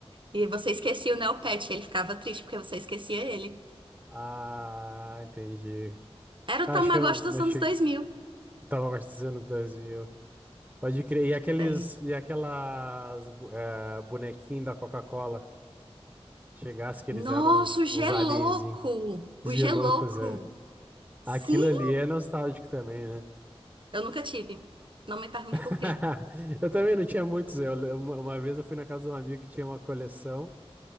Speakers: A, on the right (about 50°); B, on the right (about 15°).
A: e você esquecia o Neopet, ele ficava triste porque você esquecia ele.
B: ah, entendi.
A: Era
B: Acho
A: o Tamagotchi
B: que eu não
A: dos
B: achei,
A: anos 2000.
B: tava mais dos anos dois mil Pode crer, e aqueles,
A: Sério.
B: e aquelas bu- é, bonequinhos da Coca-Cola, chegasse que eles
A: Nossa,
B: eram uns,
A: o Gelouco!
B: uns alienzinhos, uns
A: O
B: geloucos,
A: Gelouco!
B: é.
A: Sim!
B: Aquilo ali é nostálgico também, né?
A: Eu nunca tive. Não me pergunte
B: <laughs>
A: por quê.
B: Eu também não tinha muitos. Eu, eu- uma vez eu fui na casa de um amigo que tinha uma coleção.